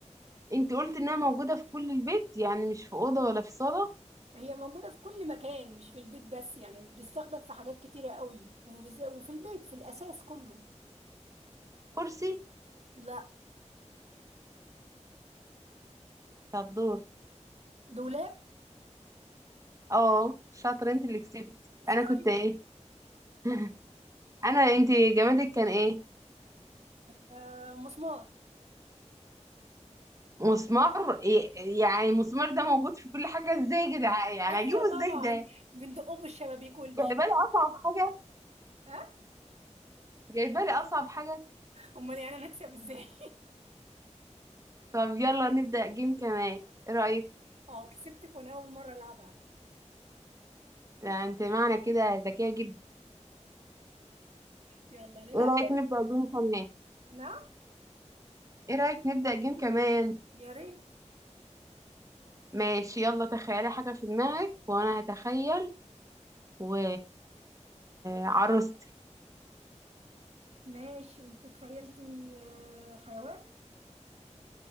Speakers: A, on the right; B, on the right.
A: أنت قلت إنها موجودة في كل البيت يعني مش في أوضة ولا في صالة
B: هي موجودة في كل مكان مش في البيت بس يعني بتستخدم في حاجات كتيرة قوي وبز- وفي البيت في الأساس كله
A: كرسي
B: لا
A: طب دور
B: دولاب
A: اه شاطرة أنت اللي كسبت
B: <laughs>
A: أنا
B: شاي.
A: كنت إيه <laughs> انا انت جمادك كان ايه
B: آه مسمار
A: مسمار إيه- يعني المسمار ده موجود في كل حاجه ازاي يا جدعان يعني
B: ايوه
A: اجيبه
B: طبعا
A: ازاي ده
B: بندقه بالشبابيك والبيبي
A: جايبه لي اصعب حاجه
B: ها
A: جايبه لي اصعب حاجه
B: امال يعني انا اكسب ازاي
A: طب يلا نبدا جيم كمان ايه رايك
B: <laughs> اه كسبتك وانا اول مره العبها
A: لا انت معنى كده ذكيه جدا
B: يلا نلعب
A: ايه رايك
B: تاني
A: نبدا جيم كمان
B: نعم
A: ايه رايك نبدا جيم كمان
B: يا ريت
A: ماشي يلا تخيلي حاجه في دماغك وانا هتخيل و عروستي
B: ماشي انت تخيلتي آه، حيوان